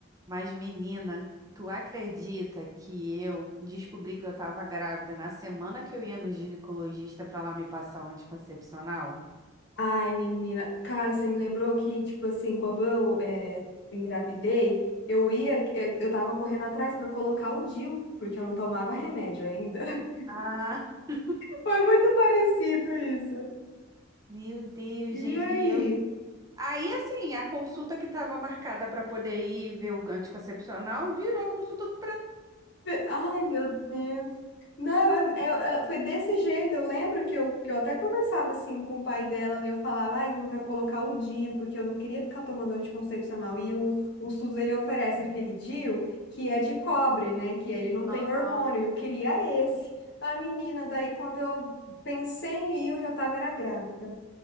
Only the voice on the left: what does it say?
Ai, menina, cara, você me lembrou que, tipo assim, quando eu é, engravidei, eu ia, eu, eu tava correndo atrás pra colocar o DIU, porque eu não tomava remédio ainda. <laughs>
Foi muito parecido isso.
E
aí?
Ai, meu Deus. Não, é- é- é- foi desse jeito. Eu lembro que eu, que eu até conversava assim com o pai dela, né? Eu falava, ai, eu quero colocar o DIU, porque eu não queria ficar tomando anticoncepcional. E o, o SUS, ele oferece aquele DIU que é de cobre, né? Que ele não tem
hormônio. Eu queria esse. A menina, daí quando eu pensei em ir, eu já tava era grávida.